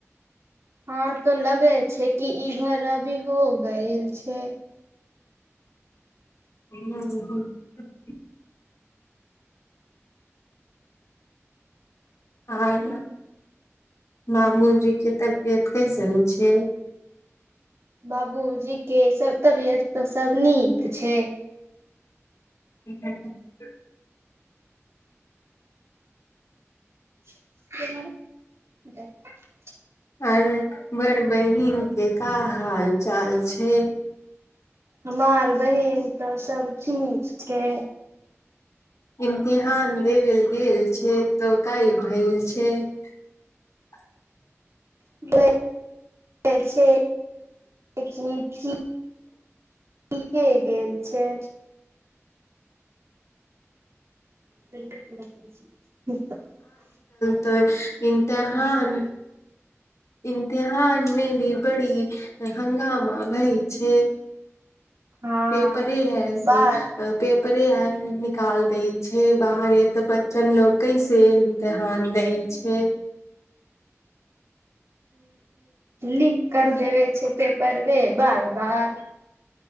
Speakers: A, on the right; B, on the left.
A: हँ तो लगे छै कि इभर अभी हो गइल छै
B: ह ह ह <unintelligible> मामूजी के तबियत कैसन छै
A: बाबूजी के सब तबियत तऽ सब नीक छै
B: <unintelligible>
A: <unintelligible>
B: आरो बड़ बहिनके का हाल चाल छै
A: हमार बहीन तऽ सभ ठीक छै
B: इम्तहान देब ल गेल छै तऽ काय भेल छै <unintelligible>
A: <unintelligible> ठीके गेल छै <unintelligible>
B: तऽ इमतहान इम्तहान मे भी बड़ी हंगामा भई छै
A: हँ
B: पेपरे है सो
A: बात
B: पे उपरे आ निकाल देय छै बाहर ते बच्चन लोग केसे इम्तहान देय छै
A: लीक कर देबे छै पेपरबे बार बार